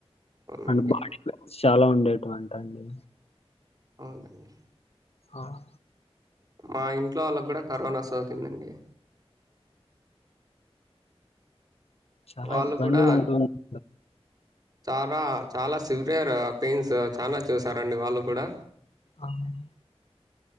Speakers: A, on the right; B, on the left.
A: అవునండి
B: అండ్ బాడి చాలా ఉండేటువంట అండి
A: అవునండి
B: హమ్
A: మా ఇంట్లో వాళ్ళకు కూడా కరోనా సోకిందండి
B: చాలా
A: వాళ్ళు
B: ఇబ్బంది
A: కూడా
B: ఉంటుంది
A: చాలా చాలా సివియర్ పెయిన్స్ చాలా చూసారండి వాళ్ళు కూడా
B: అవును